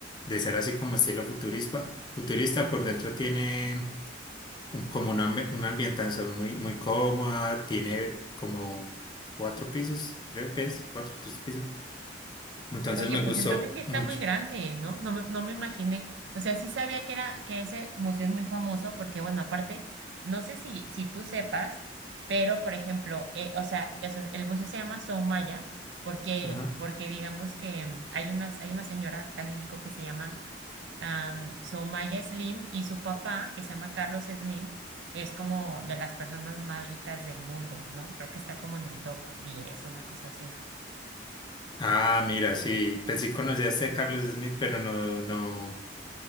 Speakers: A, on the left; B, on the right.
A: de ser así como estilo futurista, futurista por dentro tiene un- como una, ambi- una ambientación muy, muy cómoda, tiene como cuatro pisos, creo que es, cuatro, tres pisos. Entonces
B: Oye,
A: me
B: pues
A: gustó
B: entonces sí está
A: mucho.
B: muy grande, ¿no? No me, no me imaginé. O sea, sí sabía que era, que ese museo es muy famoso porque, bueno, aparte, no sé si, si tú sepas, pero por ejemplo, eh, o sea, o sea, el museo se llama Soumaya porque,
A: Ajá.
B: porque digamos que mm, hay unas, hay una señora acá en México que se llama Am, Soumaya Slim y su papá, que se llama Carlos Slim, es como de las personas más ricas del mundo, ¿no? Creo que está como en el top 10 una cosa así.
A: Ah, mira, sí, pues sí conocí a este Carlos Smith, pero no, no.